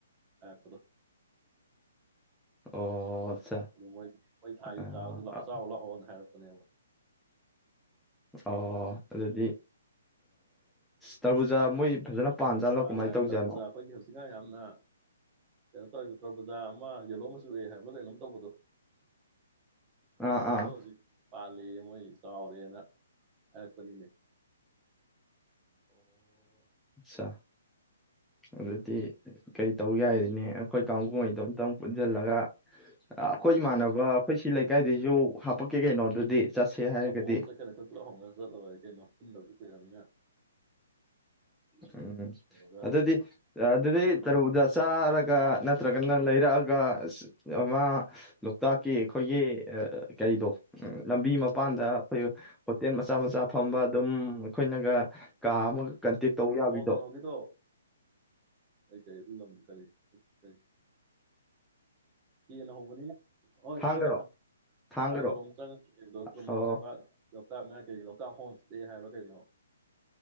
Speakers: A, on the right; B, in the centre.
A: ꯍꯥꯏ ꯀꯗꯣ
B: ꯑꯣ ꯑꯠꯆꯥ
A: ꯑꯗꯨ ꯃꯣꯏꯒꯤ ꯃꯣꯏ ꯊꯥꯒꯤ
B: ꯑ
A: ꯆꯥꯕꯁꯤ ꯆꯥꯎꯕ ꯂꯥꯛꯑꯣꯅ ꯍꯥꯏꯔꯣ ꯀꯅꯕ
B: ꯑꯣ ꯑꯗꯨꯗꯤ ꯇꯔꯕꯨꯖꯥ ꯃꯣꯏ ꯐꯖꯅ ꯄꯥꯟꯖꯥꯠꯂꯣ
A: ꯄꯥꯜ
B: ꯀꯃꯥꯏꯅ
A: ꯍꯥꯏꯅ
B: ꯇꯧꯖꯥꯠꯅꯣ
A: ꯇꯔ ꯄꯨꯕꯨꯖꯥ ꯑꯩꯈꯣꯏꯒꯤ ꯍꯧꯖꯤꯛꯀꯥꯟ ꯌꯥꯝꯅ ꯀꯩꯅꯣ ꯇꯧꯔꯤꯕ ꯇꯔꯕꯨꯖꯥ ꯑꯃ ꯌꯦꯂꯣ ꯑꯃꯁꯨ ꯎꯑꯦ ꯍꯥꯏꯕꯗꯩꯅꯝ ꯀꯗ
B: ꯑꯥ
A: ꯑꯗꯨꯕꯨꯗꯣ
B: ꯑꯥ
A: ꯍꯧꯖꯤꯛ ꯄꯥꯜꯂꯤ ꯃꯣꯏ ꯆꯥꯎꯔꯦꯅ ꯍꯥꯏꯔꯛꯄꯅꯤꯅꯦ
B: ꯑꯆꯥ ꯑꯗꯨꯗꯤ ꯀꯩ ꯇꯧ ꯌꯥꯏꯔꯤꯅꯦ ꯑꯩꯈꯣꯏ ꯀꯥꯡꯕꯨꯩ ꯑꯗꯨꯣꯝꯇꯪ ꯄꯨꯟꯁꯤꯜꯂꯒ ꯑꯩꯈꯣꯏ ꯏꯃꯥꯟꯅꯕ ꯑꯩꯈꯣꯏ ꯁꯤ ꯂꯩꯀꯥꯏꯗꯩꯁꯨ ꯍꯥꯄꯛꯀꯦ ꯀꯩꯅꯣꯗꯨꯗꯤ ꯆꯠꯁꯦ ꯍꯥꯏꯔꯒꯗꯤ
A: ꯍꯥꯄꯣꯛꯑ ꯆꯠꯀꯅꯤ ꯑꯩꯈꯣꯏ ꯄꯨꯂꯞ ꯍꯧꯅꯔ ꯆꯠꯂ ꯂꯣꯏꯔꯦ ꯀꯩꯅꯣ ꯄꯨꯟꯗꯕꯁꯨ ꯀꯨꯏꯔꯕꯅꯤꯅ
B: ꯎꯝ
A: ꯇꯧꯔꯒ
B: ꯑꯗꯨꯗꯗꯤ ꯑ ꯑꯗꯨꯗꯤ ꯔ ꯎꯗ ꯆꯥꯔꯒ ꯅꯠꯇ꯭ꯔꯒ ꯀꯟꯅ ꯂꯩꯔꯛꯑꯒ ꯑ ꯑꯃ ꯂ ꯇꯀꯤ ꯑꯩꯈꯣꯏꯒꯤ ꯀꯔꯤꯗꯣ ꯂꯝꯕꯤ ꯃꯄꯥꯟꯗ ꯍꯣ ꯍꯣꯇꯦꯜ ꯃꯆꯥ ꯃꯆꯥ ꯐꯝꯕ ꯑꯗꯨꯝ ꯑꯩꯈꯣꯏꯅꯒ ꯀꯥ ꯑꯃꯒ ꯀꯟꯇꯦꯛ ꯌꯥꯕꯤꯗꯣ
A: ꯑꯣ ꯀꯩꯅꯣꯒꯤꯗꯣ ꯑꯩ ꯀꯔꯤ ꯑꯗꯨ ꯂꯝꯗ ꯀ ꯎ ꯀꯦꯅ ꯍꯧꯕꯅꯤꯅꯦ ꯍꯣꯏ
B: ꯊꯥꯡꯒꯔꯣ
A: ꯊꯥꯡꯒ ꯊ
B: ꯊꯥꯡꯒꯔꯣ
A: ꯊꯥꯡꯒ ꯔꯣꯝ ꯆꯪꯉ ꯂꯩꯕꯗꯨ ꯅꯠꯇ꯭ꯔꯣ ꯃꯅꯨꯡ
B: ꯑꯣ
A: ꯂꯩꯕꯥꯛ ꯂꯣꯛꯇꯥꯛ ꯃꯌꯥꯢꯗ ꯀꯩꯅꯣ ꯂꯣꯛꯇꯥꯛ ꯍꯣꯝ ꯏꯁꯇꯦ ꯍꯥꯏꯕ꯭ꯔꯥ ꯀꯩꯅꯣ